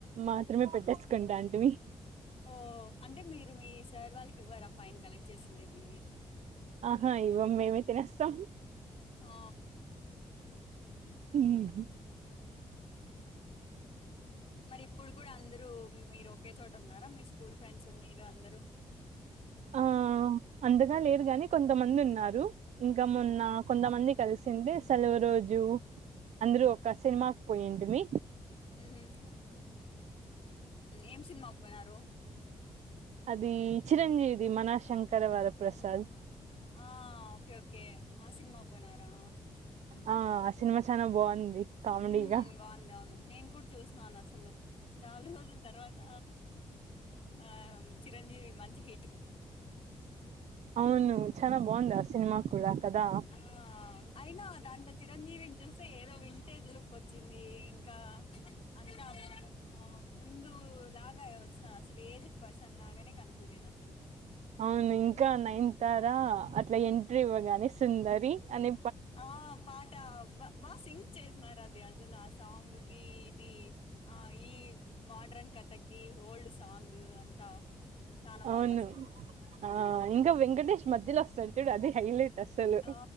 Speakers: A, on the right; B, on the left.
A: మాత్రమే పెట్టేసుుకుంటాంటిమి
B: ఓ అంటే మీరు మీ సార్ వాళ్ళకి ఇవ్వరాా ఫైన్ కలెక్ట్ చ్చేసిండేది
A: ఆహా ఇవమ్ మేమే తినేస్తాం
B: ఆ
A: ఉమ్ హు
B: మరి ఇప్పుడు కూడా అందరూ మీరుఒకే చోట ఉన్నారా మీ స్కూల్ ఫ్రెండ్స్ మీరు అందరుూ
A: ఆ అంతగా లేరు గాని కొంతమంది ఉన్నారు ఇంకా మొన్న కొంతమంది కలిసింటే సెలవు రోజు అందరుూ ఒక సినిమాకి పోయిన్ టిమీ
B: ఉమ్ ఏం సినిమా అయిపోయినారు
A: అది చిరంజీవిది మనా శంకరవర ప్ర్రసాద్
B: ఆ ఓకే ఓకే ఆ సినిమాకి పోయినారా
A: ఆ ఆ సినిమా చాలా బాగుంది కామెడిీగా
B: హ్మ్ బావుంది అవును. నేను కూడా చూసనను అసలు చాలా రోజుల తర్వాత ఆ చిరంజీవి మంచి హీ
A: అవును చానా బాగుందా సినిమా కూడా కదా
B: ఆ అయినా దాంటో చిరంజీవిని చూస్తే ఏదో వింటేజ్ లుక్ వచ్చింది ఇంకా అంతా ఆ ముందు లాగా వచ్చిన అసలు ఏజ్డ్ పర్సన్ లాగానే కనిపలేదు అసలు
A: అవును ఇంకా నైన్ తారా అట్లా ఎంట్రీ ఇవ్వగానే సుందరి అని
B: ఆ పాఠ బా బాసింగ్ చేసినారు అది అసలు ఆ సాంగ్ కి ఇది ఆ ఈ మోడ్రన్ కథకి ఓల్డ్ సాంగ్ అంతా చానా
A: అవును
B: బావుందసలు.
A: ఆ ఇంకా విని వెంకటేష్ మధ్యలో వస్తడు చూడు అది హైలైట్ అస్సలు
B: ఆ